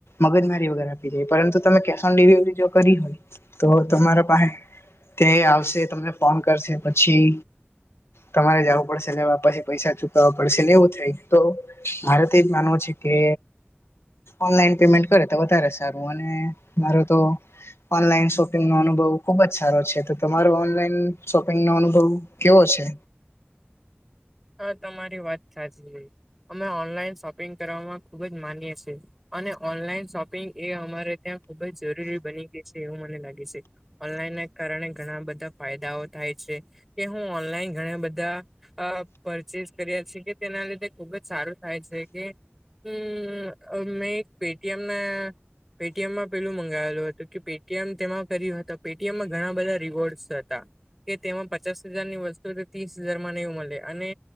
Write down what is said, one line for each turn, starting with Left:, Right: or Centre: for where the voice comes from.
Left: મગજમારી વગર આપી જાય પરંતુ તમે કેશ ઓન ડિલિવરી જો કરી હોય તો તમારા પાહે તે આવશે તમને ફોન કરશે પછી તમારે જવું પડશે લેવા અને પૈસા ચુકવવા પડશેને એવું થાય. તો મારે તોજ માનવું છે કે ઓનલાઈન પેમેન્ટ કરે તો વધારે સારું અને માર તો ઓનલાઈન શોપિંગનો અનુભવ ખુબ જ સારો છે તો તમારો ઓનલાઈન શોપિંગનો અનુભવ કેવો છે.
Centre: હા તમારી વાત સાચ અમે ઓનલાઈન શોપિંગ કરવામાં ખુબ જ માનીએ છીએ. અને ઓનલાઈન શોપિંગ એ અમારે ત્યાં ખુબ જ જરૂરી બની ગઈ છે એવું મને લાગે છે ઓનલાઈન ના કારણે ઘણા બધા ફાયદાઓ થાય છે કે હું ઓનલાઈન ઘણા બધા પરચેસ કર્યા છે કે તેના લીધે ખુબ જ સારું થાય છે કે હમ મેં એક પેટીએમને પેટીએમમાં પેલું મંગાયેલું હતું કે પેટીએમ તેમાં કર હત પેટીએમમાં ઘણા બધા રિવોર્ડસ હતા કે તેમાં પચાસ હજાર ની વસ્તુ તો ત્રીસ હજારમાં નહ મળે અને